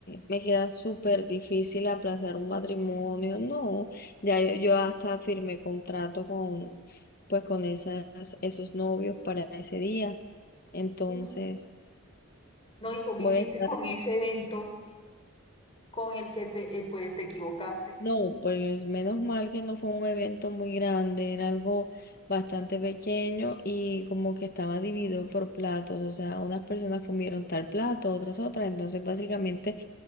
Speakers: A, on the left; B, on the left.
A: me queda súper difícil aplazar un matrimonio, no, ya yo, yo hasta firmé contrato con, pues con esas, esos novios para ese día, entonces
B: No, no, ¿y cómo hiciste
A: voy a estar...
B: con ese evento con el que te, eh, pues, te equivocaste?
A: No, pues menos mal que no fue un evento muy grande, era algo bastante pequeño y como que estaba dividido por platos, o sea, unas personas comieron tal plato, otras otras, entonces básicamente